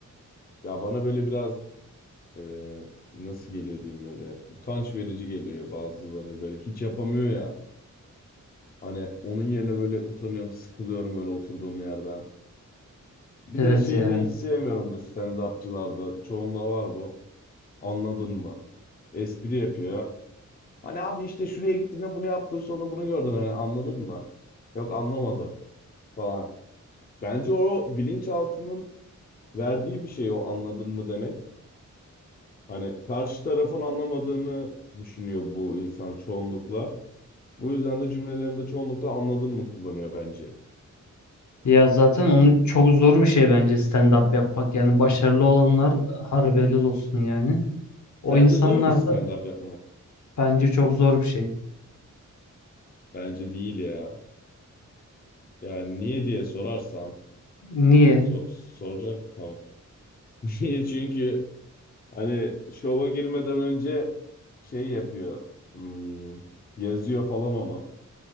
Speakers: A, on the left; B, on the left.
A: Ya bana böyle biraz e, nasıl geliyor diyeyim böyle utanç verici geliyor bazıları böyle hiç yapamıyor ya. Hani onun yerine böyle utanıyorum, sıkılıyorum böyle oturduğum yerden. Bir
B: Evet
A: de şeyi
B: ya.
A: de hiç sevmiyorum bu stand-upçılarda. Çoğunda var bu. Anladın mı? Espri yapıyor. Hani abi işte şuraya gittiğinde bunu yaptın sonra bunu gördün hani anladın mı? Yok anlamadım falan. Bence o bilinçaltının verdiği bir şey o anladın mı demek. Hani karşı tarafın anlamadığını düşünüyor bu insan çoğunlukla. Bu yüzden de cümlelerinde çoğunlukla anladın mı kullanıyor bence.
B: Ya zaten onun çok zor bir şey bence stand-up yapmak. Yani başarılı olanlar harbi helal olsun yani. O
A: Sence
B: insanlar
A: zor mu stand-up
B: da
A: yapmak?
B: bence çok zor bir şey.
A: Bence değil ya. Yani niye diye sorarsan
B: Niye?
A: so- soracak tamam. <laughs> Niye? Çünkü hani şova girmeden önce şey yapıyor. hmm, yazıyor falan onu.